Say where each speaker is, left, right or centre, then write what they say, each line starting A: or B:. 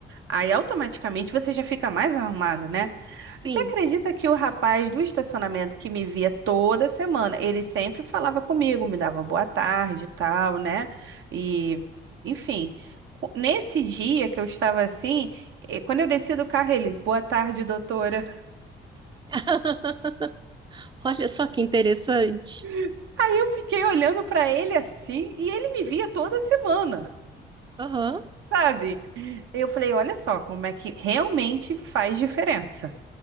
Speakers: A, on the right; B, on the right.
A: Aí automaticamente você já fica mais arrumado, né?
B: Sim.
A: Você acredita que o rapaz do estacionamento que me via toda semana, ele sempre falava comigo, me dava boa tarde e tal, né? E, enfim, co- nesse dia que eu estava assim, eh, quando eu desci do carro, ele, boa tarde, doutora.
B: <laughs> Olha só que interessante.
A: <laughs> Aí eu fiquei olhando para ele assim, e ele me via toda semana,
B: Aham,
A: sabe? Eu falei, olha só como é que realmente faz diferença.